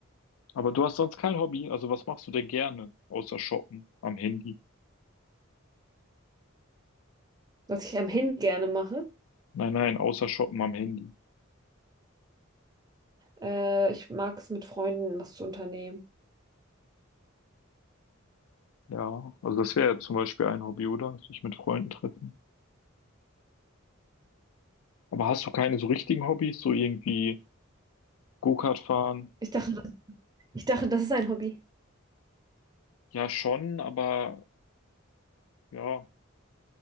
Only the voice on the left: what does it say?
Aber du hast sonst kein Hobby. Also was machst du denn gerne? Außer shoppen am Handy.
Nein, nein, außer shoppen am Handy.
Ja, also das wäre ja zum Beispiel ein Hobby, oder? Sich mit Freunden treffen. Aber hast du keine so richtigen Hobbys? So irgendwie Go-Kart fahren?
Ja, schon, aber ja,